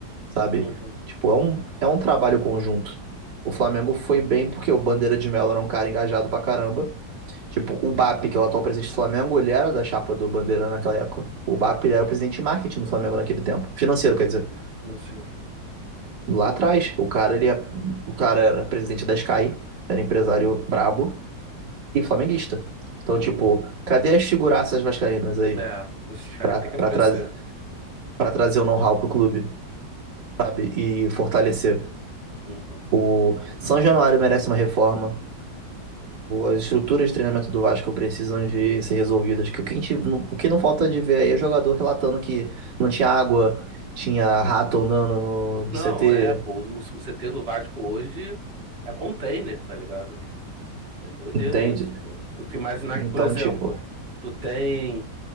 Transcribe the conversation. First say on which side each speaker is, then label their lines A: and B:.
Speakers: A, on the right; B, on the right.
A: sabe?
B: Uhum.
A: Tipo, é um, é um trabalho conjunto. O Flamengo foi bem porque o Bandeira de Melo era um cara engajado pra caramba. Tipo, o BAP, que é o atual presidente do Flamengo, ele era da chapa do Bandeira naquela época. O BAP, ele era o presidente de marketing do Flamengo naquele tempo. Financeiro, quer dizer.
B: Não sei.
A: Lá atrás, o cara, ele, é- o cara era presidente da Sky, era empresário brabo e flamenguista. Então,
B: Uhum.
A: tipo, cadê as figuraças vascaínas aí?
B: É, esses caras
A: para
B: que tem que aparecer.
A: trazer para trazer o know-how pro clube, sabe? E fortalecer.
B: Uhum.
A: O São Januário merece uma reforma. As estruturas de treinamento do Vasco precisam de ser resolvidas. Que o que, a gente- o que não falta de ver aí é jogador relatando que não tinha água, tinha rato andando no, no
B: Não,
A: CT,
B: é, pô, o, o CT do Vasco hoje é container, tá ligado? É doideira
A: entende?
B: isso, pô. Tu te imaginar
A: Então,
B: que, por exemplo,
A: tipo,
B: tu tem